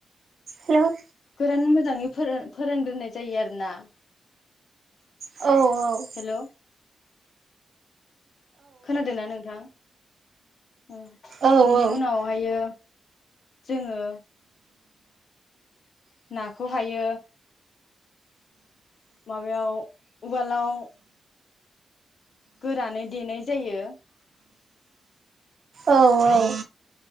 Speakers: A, on the right; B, on the left.
A: हेल'
B: गोरान मोजाङै फोरान फोरानग्रोनाय जायो आरो ना
A: औ औ
B: हेल' खोनादों ना नोंथां ओम
A: औ
B: बिनि
A: औ
B: उनावहायो जोङो नाखौ हायो माबायाव उवाल आव गोरानै देनाय जायो।
A: औ औ